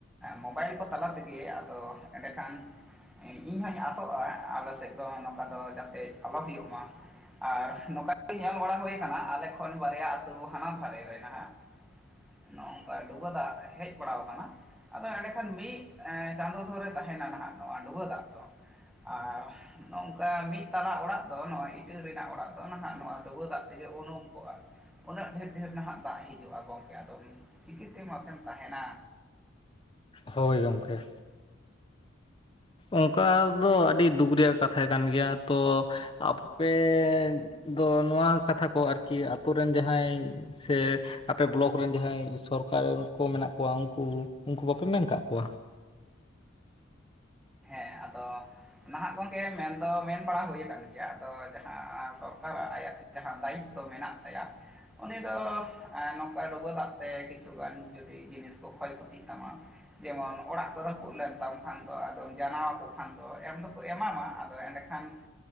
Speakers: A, in the centre; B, on the left.
A: ᱢᱳᱵᱟᱭᱤᱞ ᱠᱚ ᱛᱟᱞᱟ ᱛᱮᱜᱮ ᱟᱫᱚ ᱮᱸᱰᱮᱠᱷᱟᱱ ᱤᱧ ᱦᱚᱧ ᱟᱥᱚᱜ-ᱟ ᱟᱞᱮ ᱥᱮᱫ ᱫᱚ ᱱᱚᱝᱠᱟ ᱫᱚ ᱡᱟᱛᱮ ᱟᱞᱚ ᱦᱩᱭᱩᱜ ᱢᱟ᱾ ᱟᱨ ᱱᱚᱝᱠᱟ ᱧᱮᱞ ᱵᱟᱲᱟ ᱦᱳᱭ ᱠᱟᱱᱟ ᱟᱞᱮ ᱠᱷᱚᱱ ᱵᱟᱨᱭᱟ ᱟᱹᱛᱳ ᱦᱟᱱᱟ ᱫᱷᱟᱨᱮ ᱨᱮ ᱱᱟᱦᱟᱜ ᱱᱚᱜᱚᱝᱠᱟ ᱰᱩᱵᱟᱹ ᱫᱟᱜ ᱦᱮᱡ ᱵᱟᱲᱟ ᱠᱟᱱᱟ᱾ ᱟᱫᱚ ᱮᱸᱰᱮᱠᱷᱟᱱ ᱢᱤᱫ ᱮᱸ ᱪᱟᱸᱫᱳ ᱫᱷᱚᱨᱮ ᱛᱟᱦᱮᱱᱟ ᱱᱟᱦᱟᱜ ᱱᱚᱣᱟ ᱰᱩᱵᱟᱹ ᱫᱟᱜ ᱫᱚ ᱟᱨ ᱱᱚᱝᱠᱟ ᱢᱤᱫ ᱛᱟᱞᱟ ᱚᱲᱟᱜ ᱫᱚ ᱱᱚᱜᱚᱭ ᱤᱴᱟᱹ ᱨᱮᱱᱟᱜ ᱚᱲᱟᱜ ᱫᱚ ᱱᱟᱦᱟᱜ ᱱᱚᱣᱟ ᱰᱩᱵᱟᱹ ᱫᱟᱜ ᱛᱮᱜᱮ ᱩᱱᱩᱢ ᱠᱚᱜ-ᱟ᱾ ᱩᱱᱟᱹᱜ ᱰᱷᱮᱨ ᱰᱷᱮᱨ ᱱᱟᱦᱟᱜ ᱫᱟᱜ ᱦᱤᱡᱩᱜ-ᱟ ᱜᱚᱝᱠᱮ ᱟᱫᱚ ᱪᱤᱠᱟᱹᱛᱮ ᱢᱟᱥᱮᱢ ᱛᱟᱦᱮᱱ-ᱟ᱾
B: ᱦᱳᱭ ᱜᱚᱝᱠᱮ᱾ ᱚᱝᱠᱟ ᱫᱚ ᱟᱹᱰᱤ ᱫᱩᱠ ᱨᱮᱭᱟᱜ ᱠᱟᱛᱷᱟ ᱠᱟᱱ ᱜᱮᱭᱟ, ᱛᱚ ᱟᱯᱮ ᱫᱚ ᱱᱚᱣᱟ ᱠᱟᱛᱷᱟ ᱠᱚ ᱟᱨᱠᱤ ᱟᱛᱳ ᱨᱮᱱ ᱡᱟᱦᱟᱸᱭ ᱥᱮ ᱟᱯᱮ ᱵᱞᱚᱠ ᱨᱮᱱ ᱡᱟᱦᱟᱸᱭ ᱥᱚᱨᱠᱟᱨ ᱠᱚ ᱢᱮᱱᱟᱜ ᱠᱚᱣᱟ ᱩᱝᱠᱩ ᱩᱝᱠᱩ ᱵᱟᱯᱮ ᱢᱮᱱ ᱠᱟᱜ ᱠᱚᱣᱟ?
A: ᱦᱮᱸ ᱟᱫᱚ ᱱᱟᱦᱟᱜ ᱜᱚᱝᱠᱮ ᱢᱮᱱᱫᱚ ᱢᱮᱱ ᱵᱟᱲᱟ ᱦᱩᱭᱩ ᱠᱟᱱ ᱜᱮᱭᱟ, ᱟᱫᱚ ᱡᱟᱦᱟᱸ ᱥᱚᱨᱠᱟᱨᱟᱜ ᱟᱭᱟᱜ ᱡᱟᱦᱟᱸ ᱫᱟᱭᱤᱛᱛᱚ ᱢᱮᱱᱟᱜ ᱛᱟᱭᱟ ᱩᱱᱤ ᱫᱚ ᱮᱸ ᱱᱚᱝᱠᱟ ᱰᱩᱵᱟᱹ ᱫᱟᱜ ᱛᱮ ᱠᱤᱪᱷᱩᱜᱟᱱ ᱡᱩᱫᱤ ᱡᱤᱱᱤᱥ ᱠᱚ ᱠᱷᱚᱭ ᱠᱷᱩᱛᱤᱜ ᱛᱟᱢᱟ ᱡᱮᱢᱚᱱ ᱚᱲᱟᱜ ᱠᱚ ᱨᱟᱯᱩᱫ ᱞᱮᱱ ᱛᱟᱢ ᱠᱷᱟᱱ ᱫᱚ ᱟᱫᱚᱢ ᱡᱟᱱᱟᱣ ᱠᱷᱟᱱ ᱫᱚ ᱮᱢ ᱫᱚᱠᱚ ᱮᱢᱟᱢᱟ, ᱟᱫᱚ ᱮᱸᱰᱮ ᱠᱷᱟᱱ